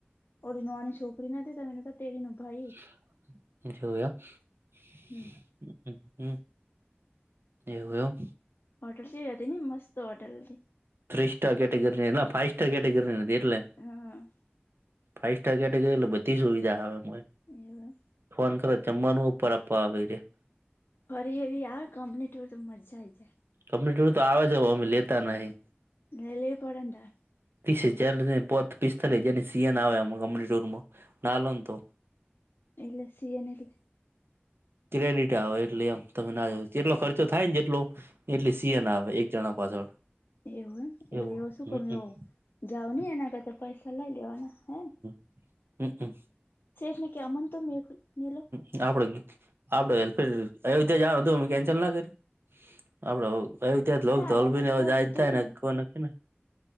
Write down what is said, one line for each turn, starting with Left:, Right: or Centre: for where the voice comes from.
Left: ઓળ નોની છોકરી નતી તમે તેડી ન ભાઈ.
Right: <inaudible>
Left: હમ
Right: એવું એમ
Left: હોટલ ચેવી હોતી નહીં, મસ્ત હોટલ હતી.
Right: ત્રી સ્ટાર કેટગરીની, ના ફાઈવ સ્ટાર કેટગરીની હતી એટલે.
Left: હા હા.
Right: ફાઈવ સ્ટાર કેટેગરી એટલે બધી સુવિધા આવે મા
Left: એવું એમ.
Right: ફોન કરો જમવાનું ઉપર આપપા આવે ઇરિયા.
Left: ફરી એવી આ કંપની ટોર તો મજા આઇ જાય.
Right: કમ્લીટર તો આવે છ. ઓમ લેતા નહીં
Left: લે લે પડેય ને તારે
Right: ત્રીસજાર પોત પિસ્તાલીસ હજાર સીએન આવે કમલીત <unintelligible> ના લોને તો
Left: એટલે સી એન એટલે?
Right: ક્રેડિટ આવે એટલે એમ તમે ના જાવ જેટલો ખર્ચો થાય ને જેટલો એટલે સિએન આવે એક જણા પાછળ.
Left: એવું એમ એટલે
Right: એવું
Left: એવો શું
Right: હમ
Left: કમ
Right: હમ
Left: હો જાવ ની એના કરતા પૈસા લઈ લેવાના હે ને
Right: <unintelligible>
Left: સેઠ કે અમન તે કેમ મેલો
Right: હ આપડ આપડે અયોધ્યા જ તો મે કેન્સલ ના કર્યું આપડે અયોધ્યાક
Left: ચારે
Right: તો અલભી
Left: અમને
Right: ને
Left: કોઈ
Right: જાય
Left: કીધું
Right: જ થાય ને
Left: નહી
Right: કોઈ ન ને